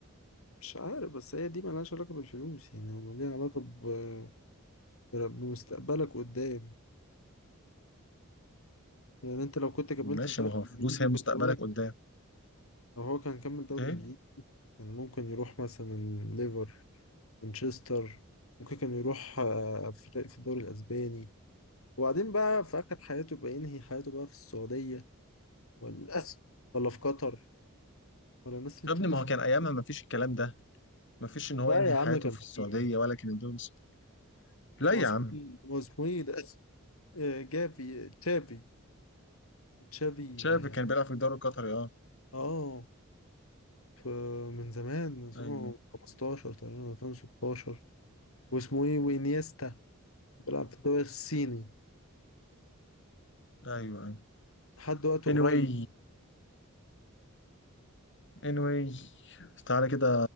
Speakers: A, on the left; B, on the left.
A: مش عارف بس هي دي ملهاش علاقه بالفلوس يعني هو ليها علاقه ب- بمستقبلك قدام يعني انت لو كنت كملت
B: ماشي
A: في دوري
B: ما هو فلوس
A: انجليزي
B: هي مستقبلك
A: كنت زمانك
B: قدام
A: لو هو كان كمل دوري
B: ايه
A: انجليزي كان ممكن يروح مثلا ليفر مانشستر ممكن كان يروح آه، فرق في الدوري الاسباني وبعدين بقى في آخر حياته بقى ينهي حياته بقى في السعودية ولا ولا في قطر ولا الناس اللي
B: يا ابني
A: بتدي
B: ما
A: فلوس
B: هو كان ايامها ما فيش الكلام ده ما فيش ان هو
A: لا
B: ينهي
A: يا
B: حياته
A: عم كان
B: في
A: في
B: السعوديه ولا كان الدوري الس- لا
A: ما
B: يا
A: هو اسمه
B: عم
A: إيه؟ ما هو اسمه ايه ده آه، جافي تشافي تشافي
B: شايف
A: اه
B: كان بيلعب في الدوري القطري اه
A: آه، ف- من زمان من 2015
B: ايوه
A: تقريبا 2016 واسمه ايه وانيستا بيلعب في الدوري الصيني
B: ايوه ايوه
A: لحد وقت
B: anyway
A: قريب
B: anyway تعالى كده